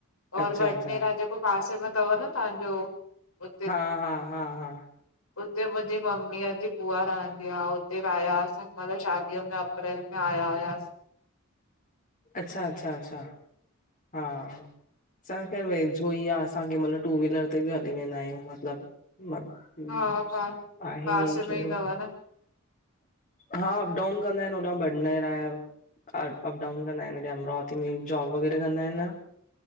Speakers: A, on the left; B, on the left.
A: और,
B: अच्छा
A: भटनेरा,
B: अच्छा
A: जेको पासे में तव न तहांजो, उ
B: हा हा, हा हा
A: उते मुंजी ममीअ जी बूआ रहंदी आ, उते वयास मतलब शादीअ में अप्रैल में, आया हुयास।
B: अच्छा, अच्छा, अच्छा हा असांखे खैरु वेझो ई आ, असां केंमल्ह टू व्हीलर ते बि हली वेंदायूं मतलब हूं,
A: हा पा
B: आहे
A: पासे
B: ईअंई
A: में
B: केड़हो।
A: ई तव न,
B: हा, अप डाउन कंदा एन होॾहूं भटनेरा जो। डाउन कंदा एन, हेॾे अमरावती में जॉब वग़ैरा कंदा एन न,